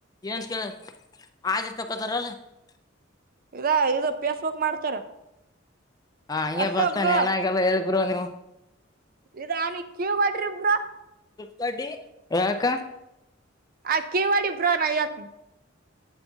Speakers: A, on the left; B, on the right.
A: ಏನ್ ಕೇಳ ಆರ್ ಚಕತ್ತಾರಲ್ಲ. <unintelligible>
B: ಇದ ಇ ಪೇಸ್ಬಕ್ ಮಾಡ್ತಾರ <unintelligible>
A: ಹಾ ಹಂಗೆ
B: ಅಲ್ಲ
A: ಬರ್ತಾನೆ
B: ಬ್ರೋ
A: ನನಾಗೆಲ್ಲ ಹೇಳ. ಇಬ್ ನೀವು <unintelligible>
B: ಇದ ಅವನಿ ಕೇವ ಮಾಡ್ರಿ ಇಬ್ರ
A: ಕಡಿ ರಕ
B: ಆ ಕಿ ಹೊಡಿ ಬ್ರೋ ನಾ ಹೇಳುತ್ತೇನೆ <unintelligible>